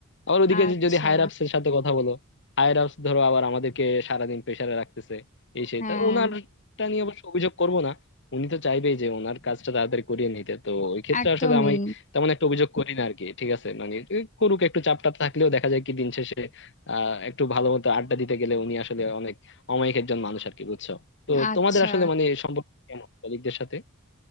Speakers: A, on the left; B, on the left.
A: আবার ওদিকে
B: আচ্ছা
A: যে- যদি হায়ার আপস এর সাথে কথা বলো হায়ার আপস ধরো আবার আমাদেরকে সারাদিন প্রেসারে রাখতেছে এই সেই
B: হ্যাঁ
A: তা ওনারটা নিয়ে অবশ্য অভিযোগ করব না উনি তো চাইবেই যে ওনার কাজটা তাড়াতাড়ি করিয়ে নিতে তো ওই ক্ষেত্রে
B: একদমই
A: আসলে আমি তেমন একটা অভিযোগ করি না আর কি ঠিক আছে মানে এ, করুক একটু চাপটা থাকলেও দেখা যায় কি দিন শেষে আহ একটু ভালো মতো আড্ডা দিতে গেলে উনি আসলে অনেক অমায়িক একজন মানুষ আর কি বুঝছো তো
B: আচ্ছা
A: তোমাদের আসলে মানে সম্পর্ক কেমন কলিগদের সাথে